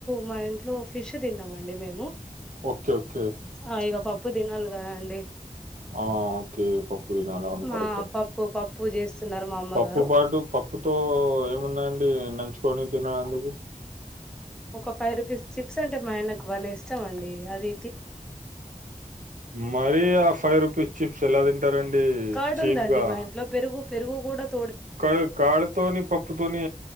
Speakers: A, in the centre; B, on the right.
A: మా ఇంట్లో ఫిష్ తిన్నామండి మేము
B: ఓకే ఓకే
A: ఆ ఇక పప్పు పప్పు తినాలి కదా అండి
B: ఆ ఓకే పప్పు తినాలా అవును
A: మా
B: కరెక్టే
A: పప్పు పప్పు చేస్తున్నారు మా అమ్మగారు
B: పప్పు పాటు పప్పుతో ఏమున్నాయండి న పంచుకొని తిన్నాడు ఎందుకు
A: ఒక ఫైవ్ రూపీస్ చిప్స్ అంటే మా ఆయనకు బలే ఇష్టం అండి అదీ
B: మరీ ఆ ఫైవ్ రూపీస్ చిప్స్ ఎలా తింటారండీ
A: కర్డ్
B: చీప్
A: ఉందండి
B: గా
A: మా ఇంట్లో పెరుగు పెరుగు కూడా పె
B: కర్డ్ కర్డ్ తోని పప్పుతోని